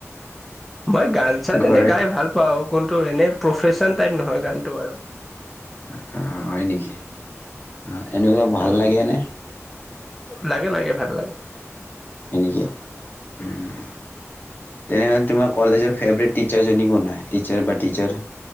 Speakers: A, in the centre; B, on the left.
A: মই গান- চান
B: ঘৰৰে
A: এনে গাই ভাল। পাও কনতুু এনেই প্ৰফেচন টাইপ নহয় গানটো আৰু।
B: অহ, হয় নেকি অহ এনেকুৱা ভাল
A: উম
B: লাগে নে।
A: লাগে, লাগে ভাল লাগে।
B: সেনেকে উম। তেনেকে তোমাৰ কলেজৰ ফেভৰেট টিচাৰজনি কোন হয়। টিচাৰ বা টিচাৰ